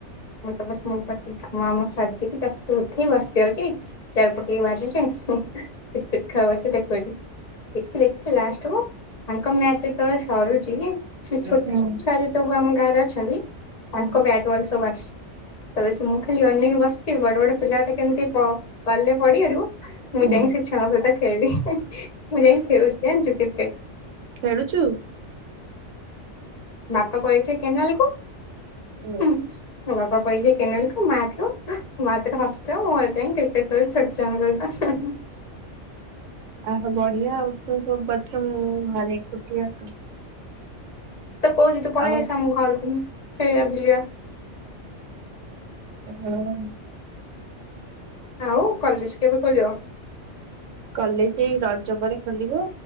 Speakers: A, on the left (about 40°); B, on the right (about 85°).
A: ମୁଁ ତ ବସ ମୁଁ ବସି ମା ମୋ ସାଧି ତାରୁ ଉଠିକି ବସି ଯାଉଛି ଚାର ପକେଇକି ବାଜୁଛି ଟ ଖେ ସେ ଦେଖୁଛି ଦେଖି ଦେଖି ଲାଷ୍ଟ ମୁ ତାଙ୍କ ମ୍ୟାଚତେବେଳେ ସରୁଛି କି ଛୋଟ
B: ହୁଁ
A: ଛୁଆ ତବୁ ଆମ ଗାଁରେ ଅଛନ୍ତି ତାଙ୍କ
B: ହୁଁ
A: ବ୍ୟାଡୱଲ ସବୁ ଆସିୁଛି ତ ସେ ମୁଁ ଖାଲି ଅନେକ ବସ୍ତି ବଡ଼ବଡ଼ ପିଲାଟା କେମିତି ବାେ ବଲେ ପଡିିବାରୁ ମୁଁ
B: ହୁଁ
A: ଯାଇି ଛ ସହ ଟେ ସହିତ ଖେଳିଲି ମୁଁ ଯାଇି ଖେଳୁଚି ଆ କ୍ରିକେଟ୍ ପ୍ଲେ
B: ଖେଳୁଚୁ।
A: ବାପା ପଛ କେନାଲ କୁ।
B: ହୁଁ
A: ମୋ ବାପା ପଳେଇବେ କେନାଲକୁ ମାୁ ଝିଅ ମା ତାର ହସୁଥିବ। ମୁଁ ଘର ଯାଇ କ୍ରିକେଟ ଖେଳି ଫେଚ ହେଁ ହେଁ।
B: ଆହୋ ବଢିଆ ତୁ ସବୁ କରୁଚୁ, ମୁ ଘରେ ଏକୁଟିଆ
A: ତ କହୁଛି ତୁ ପଳେଇ
B: ଆଉ
A: ଆସେ ଆମ ଘରକୁ। ସେଲଆ ବୁଲିବା।
B: ହଁ।
A: ଆଉ କଲେଜ କେବେ ଖୋଲିବ?
B: କଲେଜ ଏଇ ରଜ ପରେ ଖୋଲିବ।